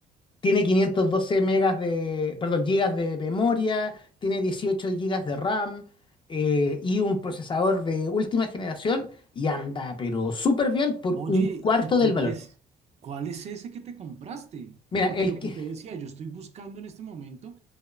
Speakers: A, on the left (about 30°); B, on the right (about 40°).
A: tiene 512 megas de, perdón, gigas de memoria, tiene 18 gigas de RAM eh, y un procesador de última generación y anda, pero súper bien por
B: Oye,
A: un cuarto
B: ¿y cuál
A: del valor.
B: es, cuál es ese que te compraste?
A: Mira,
B: Porque
A: el
B: lo que
A: que,
B: te decía, yo estoy buscando en este momento